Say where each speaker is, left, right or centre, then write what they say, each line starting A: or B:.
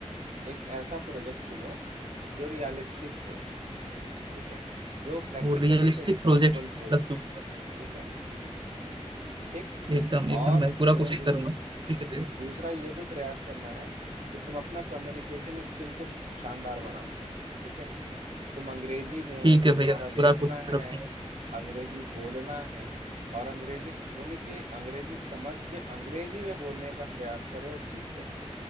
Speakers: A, on the right; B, on the right.
A: एक ऐसा प्रोजेक्ट चुनो जो रियलिस्टिक हो ठीक है जो प्रैक्टिकली
B: वो रियलिस्टिक
A: कहीं
B: प्रोजेक्ट
A: पॉसिबल
B: मतलब
A: हो
B: चूज कर
A: ठीक है ठीक
B: एकदम
A: और
B: एकदम मैं पूरा
A: तुम्हें
B: कोशिश
A: दूसरा
B: करूंगा ठीक है भैया
A: दूसरा ये भी प्रयास करना है कि तुम अपना कम्युनिकेशन स्किल को शानदार बनाओ ठीक है तुम अंग्रेजी में
B: ठीक
A: जो
B: है
A: तुम्हारा
B: भैया मैं
A: लिखना
B: पूरा कोशिश
A: है
B: रखूंगा
A: अंग्रेजी बोलना है और अंग्रेजी सुन के अंग्रेजी समझ के अंग्रेजी में बोलने का प्रयास करो और सीखो